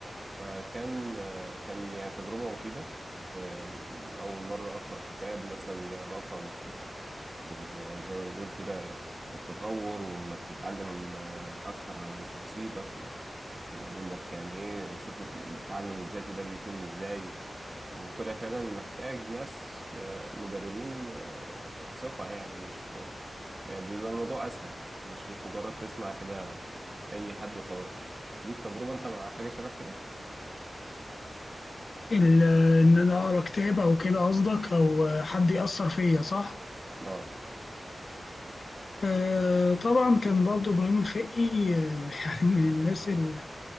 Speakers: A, on the right; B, on the left.
A: فكان آه، كان يعني تجربة مفيدة آه، أول مرة أقرأ كتاب مثلا له علاقة بال- زي ما بنقول كده التطور وإنك تتعلم آه، أكتر عن شخصيتك و- وإنك يعني إيه تشوف التعلم الذاتي ده بيتم إزاي وطلع فعلا محتاج ناس آه، مدربين آه، ثقة يعني مش يعني بيبقى الموضوع أسهل مش مش مجرد تسمع كده أي حد وخلاص ليك تجربة أنت مع حاجة شبه كده؟
B: ال- إن أنا أقرأ كتاب أو كده قصدك أو آه، حد يأثر فيا صح؟
A: اه
B: آه، طبعا كان برضو إبراهيم الفقي آه، <laughs> يعني من الناس اللي